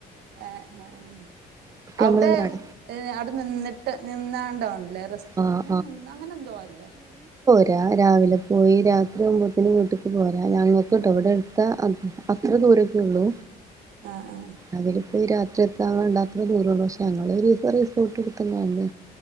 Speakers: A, on the right; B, on the right.
A: ആഹ് അവിടെ
B: നമ്മള് നട
A: അവിടെ നിന്ന് ട്ട് നിന്നാണ്ട ഉണ്ട് ല്ലറസ്റ്റോ
B: ആഹ്
A: അങ്ങന അങ്ങനെ എന്തോ അല്ലേ.
B: രാ രാവിലെ പോയി രാത്രി ആവുമ്പോത്തന് വീട്ടിലക്ക് പോയ അ ഞങ്ങൾക്ക് ട്ടോ
A: ഏ
B: ഇവിടെ എടുത്ത അത്ര ദൂരൊക്കെ ഉള്ളൂ
A: ആ ആ
B: അതില പോയി രാ ഇഷ എത്താൻ വേണ്ടത്ര ദൂരമുള്ളൂ പക്ഷെ ഞങ്ങൾ റിസോർട്ട് കൊടുക്കണ്ടായിരുന്നു.